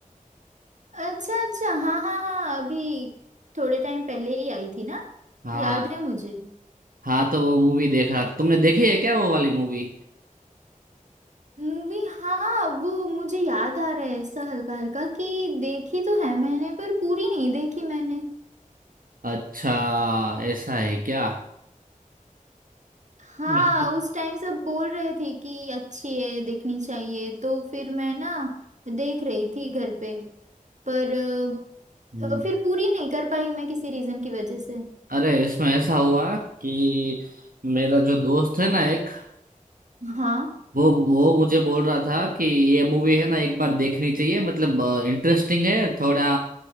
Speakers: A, on the right; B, on the right.
A: अच्छा हाँ हाँ हाँ अभी थोड़े टाइम पहले ही आई थी ना
B: हाँ
A: याद है मुझे
B: हाँ तो वो मूवी देख रहा था तुमने देखी है क्या वो वाली मूवी
A: मूवी हाँ वो मुझे याद आ रहा है ऐसा हल्का हल्का कि देखी तो है मैंने पर पूरी नहीं देखी मैंने
B: अच्छा ऐसा है क्या
A: हाँ
B: मतलब
A: उस टाइम सब बोल रहे थे कि अच्छी है देखनी चाहिए तो फिर मैं ना देख रही थी घर पे पर अ,
B: हम्म,
A: अ, फिर पूरी नहीं कर पाई मैं किसी रीजन की वजह से
B: अरे इसमें ऐसा हुआ कि मेरा जो दोस्त है ना एक
A: हाँ
B: वो वो मुझे बोल रहा था कि ये मूवी है ना एक बार देखनी चाहिए मतलब इंटरेस्टिंग है थोड़ा